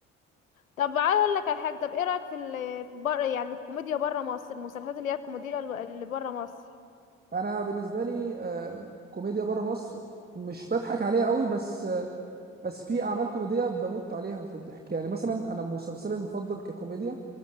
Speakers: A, on the left (about 80°); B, on the right (about 25°).
A: طب عايز أقول لك على حاجة طب إيه رأيك في ال في بره يعني الكوميديا بره مصر المسلسلات اللي هي الكوميديا الو- اللي بره مصر
B: انا بالنسبه لي آه، كوميديا بره مصر مش بضحك عليها قوي بس آه، بس في اعمال كوميديه بموت عليها في الضحك يعني مثلا انا مسلسلي المفضل ككوميديا